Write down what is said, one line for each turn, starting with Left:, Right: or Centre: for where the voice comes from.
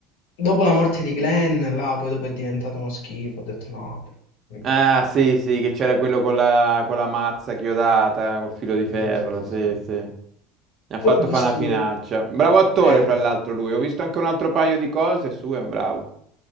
Left: Dopo la morte di Glenn, là, poi dopo è diventato uno schifo, ho detto no, mi piace
Right: Ah,
Left: più.
Right: sì, sì, che c'era quello con la, con la mazza chiodata, col filo di
Left: Sì,
Right: ferro,
Left: sì, sì, sì,
Right: sì,
Left: sì.
Right: sì. Mi ha fatto
Left: Poi ho visto,
Right: fare una finaccia. Bravo attore,
Left: eh,
Right: fra l'altro, lui. Ho visto anche un altro paio di cose sue, è un bravo.